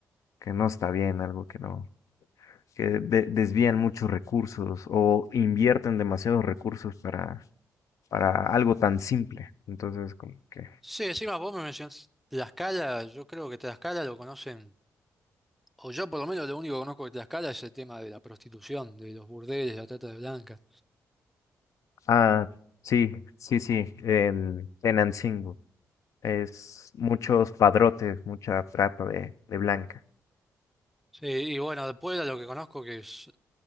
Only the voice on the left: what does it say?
que no está bien, algo que no. que de- desvían muchos recursos o invierten demasiados recursos para, para algo tan simple. Entonces, como que...
Ah, sí, sí, sí, en Tenancingo. Es muchos padrotes, mucha trata de, de blanca.